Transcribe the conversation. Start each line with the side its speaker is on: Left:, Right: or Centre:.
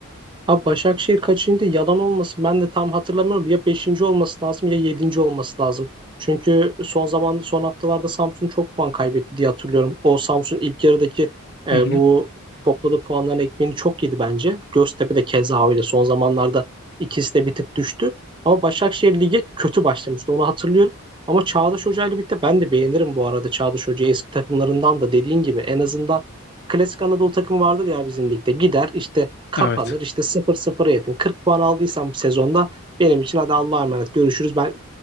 Right: Abi Başakşehir kaçıncı? Yalan olmasın. Ben de tam hatırlamıyorum. Ya beşinci olması lazım ya yedinci olması lazım. Çünkü son zaman son haftalarda Samsun çok puan kaybetti diye hatırlıyorum. O Samsun ilk yarıdaki e,
Left: Hı hı.
Right: bu topladığı puanların ekmeğini çok yedi bence. Göztepe de keza öyle. Son zamanlarda ikisi de bir tık düştü. Ama Başakşehir lige kötü başlamıştı. Onu hatırlıyorum. Ama Çağdaş Hoca ile birlikte ben de beğenirim bu arada Çağdaş Hoca'yı eski takımlarından da dediğin gibi en azından klasik Anadolu takımı vardır ya bizim ligde. Gider işte kapanır.
Left: Evet.
Right: İşte sıfır 0a yetin. 40 puan aldıysam bu sezonda benim için hadi Allah'a emanet görüşürüz ben